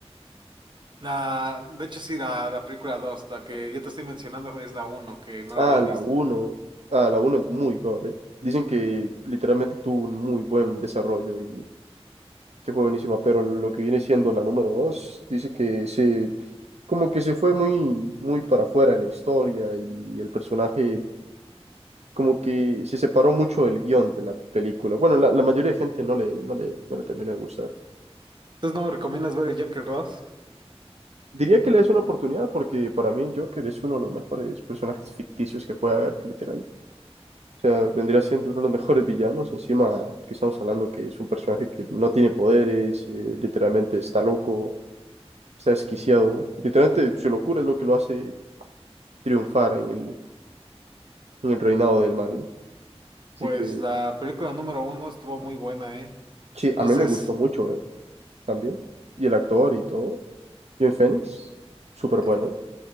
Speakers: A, on the right; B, on the right.
A: La, de hecho, sí, la, la película 2, la que yo te estoy mencionando es la uno que no
B: Ah,
A: la había
B: la
A: visto.
B: uno, Ah, la uno es muy god, eh. Dicen que literalmente tuvo un muy buen desarrollo y que fue buenísima, pero lo que viene siendo la número dos, dice que se, como que se fue muy, muy para afuera de la historia y el personaje como que se separó mucho del guión de la película. Bueno, la, la mayoría de gente no le, no le, no le terminó de gustar.
A: Entonces, ¿no me recomiendas ver el Joker dos,
B: Diría que le es una oportunidad porque para mí Joker es uno de los mejores personajes ficticios que puede haber, literal. O sea, vendría siendo uno de los mejores villanos. Encima que estamos hablando que es un personaje que no tiene poderes, eh, literalmente está loco Está desquiciado. ¿no? Literalmente su locura es lo que lo hace triunfar en el, en el reinado del mal. Así
A: Pues
B: que,
A: la película número uno estuvo muy buena, ¿eh?
B: sí,
A: Entonces,
B: a mí me gustó mucho, ¿eh? También. Y el actor y todo. Joaquin Phoenix, súper
A: eh,
B: bueno.